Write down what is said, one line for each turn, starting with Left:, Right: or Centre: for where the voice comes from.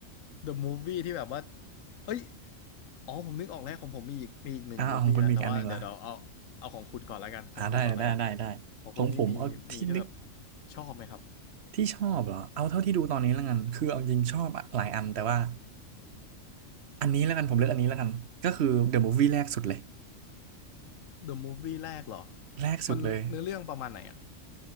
Left: The Movie ที่แบบว่าเอ้ยอ๋อผมนึกออกแล้วของผมมีอีกมีอีกหนึ่ง
Right: อ่าเอาของคุณมีอีกอันหนึ่งละ
Left: movie แล้วแต่ว่าเดี๋ยวเราเอาเอาของคุณก่อนแล้วกันของคุณก่อนแล้วกัน
Right: อ่าได้ได้ได้ได้ของผมเอาที่นึก
Left: ของคุณนี่มีมีที่แบบชอบไหมครับ
Right: ที่ชอบเหรอเอาเท่าที่ดูตอนนี้แล้วกันคือเอาจริงชอบหลายอันแต่ว่าอันนี้แล้วกันผมเลือกอันนี้แล้วกันก็คือ The Movie แรกสุดเลย
Left: The Movie แรกเหรอ
Right: แรกสุดเลย
Left: มันเนื้อเรื่องประมาณไหนอ่ะ